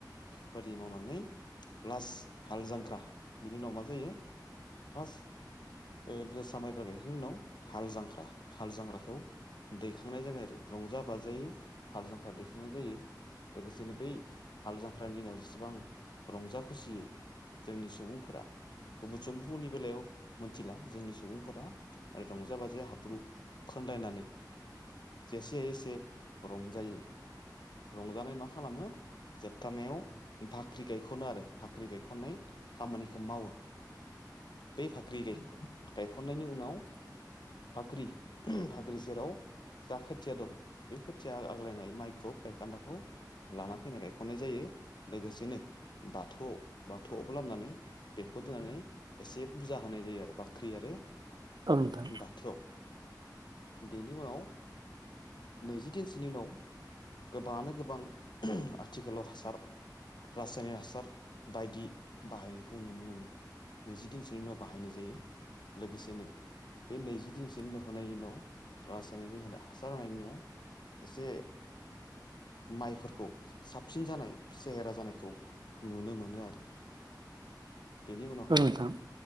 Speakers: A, on the left (about 75°); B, on the right (about 75°).
A: बेफोरबायादि मावनानै लास्ट हाल जांख्रा बिनि उनाव मा जायो फास्ट ओ जोसा मायब्रा गायखांनायनि उनाव हाल जांख्रा हाल जांख्राखौ दै दैखांनाय जोङो रंजा बाजायै हाल जांख्रा दैखांनाय जायो लोगोसेनो बै हाल जांख्रानि दिनाव जेसेबां रंजा खुसियै जोंनि सुबुंफोरा गुबुन सुबुंफोरनि बेलायाव मोनथिला जोंनि सुबुंफोरा रंजा बाजायै हाब्रु खोनदायनानै जेसे हायो एसे रंजायो रंजानाय मा खालामो जोबथानायाव बाख्रि गायख'नो आरो बाख्रि गायख'नाय खामानिखौ मावो बे बाख्रि गायख'ननायनि उनाव बाख्रि बाख्रि सेराव जा खोथिया दं बे खोथिया आग्लायनाय माइखौ गायखानदाखौ लाना फैनाय गायख'ननाय जायो लोगोसेनो बाथौयाव बाथौयावबो लाबोनानै बेखौ खौ दोननानै एसे फुजा होनाय जायो आरो बाख्रि आरो
B: नोंथां
A: बाथौ बेनि उनाव नैजि दिनसोनि उनाव गोबाङानो गोबां आथिखालाव हासार रासायनिक हासार बायदि बाहायनायखौ नुनो मोनो नैजिदिनसोनि उनाव बाहायनाय जायो लोगोसेनो बे नैजि दिनसोनि होनायनि उनाव राज गायनायनि हासार होननि उयाव एसे माइफोरखौ साबसिन जानाय सेहेरा जानायखौ नुनो मोनो आरो। बेनि उनावहाय
B: औ नोंथां